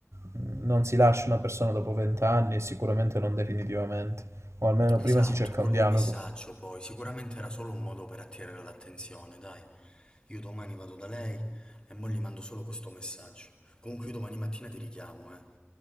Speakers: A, on the right (about 80°); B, on the left (about 20°).
A: Mh, Non si lascia una persona dopo vent'anni, sicuramente non definitivamente, o almeno
B: Esatto,
A: prima si cerca
B: con
A: un
B: un
A: dialogo.
B: messaggio poi, sicuramente era solo un modo per attirare l'attenzione, dai, io domani vado da lei e mo gli mando solo questo messaggio. Comunque io domani mattina ti richiamo, eh.